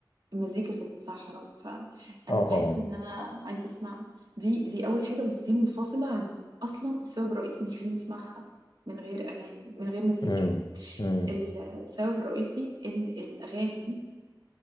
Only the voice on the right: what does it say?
المزيكا ذات نفسها حرام فانا
بحس
ان انا عايزه اسمع دي دي اول حاجه بس دي منفصله عن اصلا السبب الرئيسي اللي بيخليني اسمعها من غير اغاني من غير مزيكا
السبب الرئيسي ان الاغاني